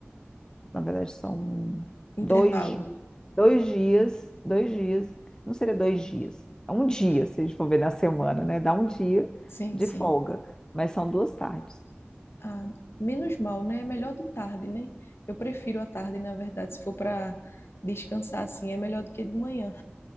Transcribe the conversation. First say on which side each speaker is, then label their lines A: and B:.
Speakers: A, on the left; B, on the left.
A: na verdade, são
B: Intervalo.
A: dois dias, dois dias, dois dias, não seria dois dias, é um dia, se a gente for ver na semana, né? Dá um dia
B: Sim,
A: de
B: sim.
A: folga, mas são duas tardes.
B: Ah, menos mal, né? É melhor de tarde, né? Eu prefiro a tarde, na verdade, se for para descansar assim, é melhor do que de manhã.